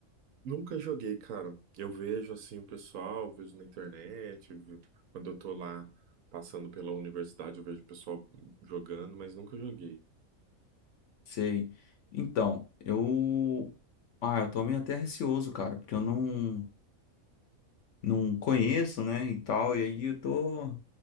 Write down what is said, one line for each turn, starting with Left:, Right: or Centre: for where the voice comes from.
Right: Nunca joguei, cara. Eu vejo assim o pessoal, vejo na internet, vi- quando eu tô lá passando pela universidade, eu vejo o pessoal jogando, mas nunca joguei.
Left: Sei. Então, eu. Ah, eu tô meio até receoso, cara, porque eu não, não conheço, né, e tal. E aí eu tô.